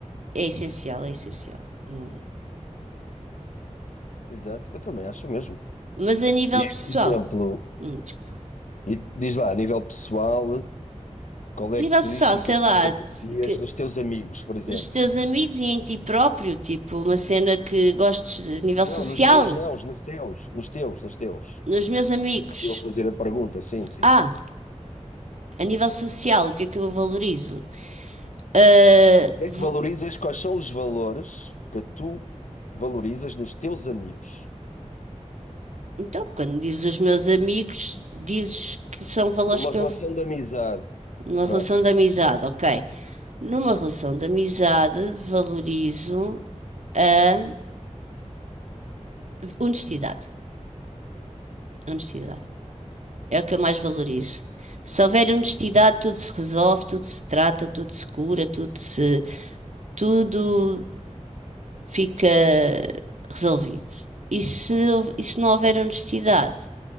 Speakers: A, on the right (about 65°); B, on the left (about 80°).
A: é essencial, é essencial. Não-
B: Exato, eu também acho mesmo.
A: Mas a nível
B: E,
A: pessoal,
B: por exemplo,
A: hum, desculpa.
B: e diz lá, a nível pessoal, qual
A: A
B: é
A: nível
B: a característica
A: pessoal, sei
B: que
A: lá,
B: mais aprecias
A: que
B: nos teus amigos, por exemplo?
A: nos teus amigos e em ti próprio, tipo, uma cena que gostes a nível
B: Não,
A: social,
B: nos meus não, nos teus, nos teus, nos teus.
A: nos meus amigos.
B: Estou eu a fazer a pergunta, sim, sim.
A: Ah. A nível social, o que é que eu valorizo? Ah,
B: O que é
A: v-
B: que valorizas? Quais são os valores que tu valorizas nos teus amigos?
A: então, quando dizes os meus amigos, dizes que são valores
B: Numa
A: que
B: relação
A: eu.
B: de amizade.
A: Numa
B: Pronto.
A: relação de amizade, ok. Numa relação de amizade, valorizo a honestidade. Honestidade. É o que eu mais valorizo. Se houver honestidade, tudo se resolve, tudo se trata, tudo se cura, tudo se, tudo fica resolvido. E se, hou- e se não houver honestidade,